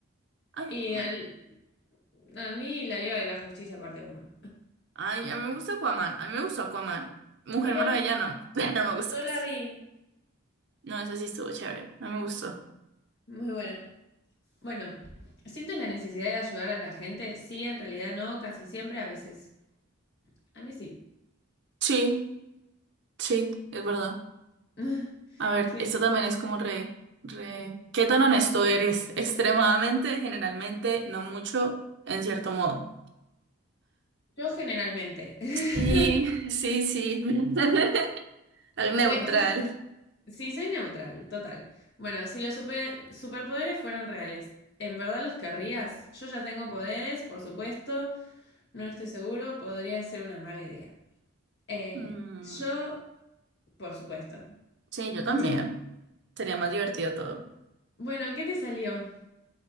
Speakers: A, on the right; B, on the left.
A: Ay,
B: y
A: Aquaman.
B: al- a mí La Liga de la Justicia parte uno
A: Ay, a mí me gusta Aquaman. A mí me gustó Aquaman. Mujer
B: <laughs> Mira,
A: Maravilla no. <laughs> No me gustó
B: no
A: casi.
B: la vi.
A: No, ese sí estuvo chévere. No me gustó.
B: Muy buena. Bueno, ¿sientes la necesidad de ayudar a la gente? Sí, en realidad no, casi siempre, a veces. A mí sí.
A: Sí, sí, es verdad.
B: <laughs>
A: A ver,
B: Sí,
A: esto
B: sí,
A: también
B: sí.
A: es como re, re... ¿Qué tan honesto eres? <laughs> Extremadamente, generalmente, no mucho, en cierto modo.
B: yo generalmente. <laughs>
A: Y sí, sí. <laughs> Al
B: Re-
A: neutral.
B: o sea, Sí, soy neutral, total. Bueno, si los super- superpoderes fueran reales, ¿en verdad los querrías? Yo ya tengo poderes, por supuesto, no estoy seguro, podría ser una mala idea. Eh,
A: Mm,
B: yo, por supuesto.
A: sí, yo también.
B: No.
A: Sería más divertido todo.
B: Bueno, ¿qué te salió?